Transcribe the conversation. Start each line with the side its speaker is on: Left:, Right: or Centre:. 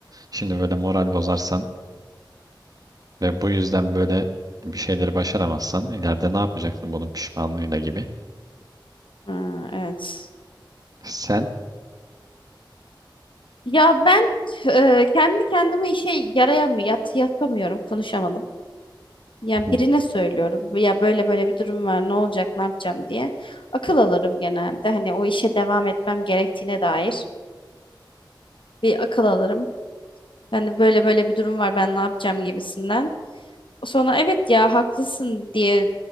Right: Şimdi böyle moral bozarsan ve bu yüzden böyle bir şeyleri başaramazsan ileride ne yapacaksın bunun pişmanlığıyla gibi.
Left: Ha, evet.
Right: Sen
Left: Ya ben e, kendi kendime işe yarayamıyorum, yat, yapamıyorum, konuşamadım. Yani
Right: hmm,
Left: birine söylüyorum. Ya böyle böyle bir durum var, ne olacak, ne yapacağım diye. Akıl alırım genelde. Hani o işe devam etmem gerektiğine dair bir akıl alırım. Yani böyle böyle bir durum var ben ne yapacağım gibisinden. Sonra evet ya haklısın diye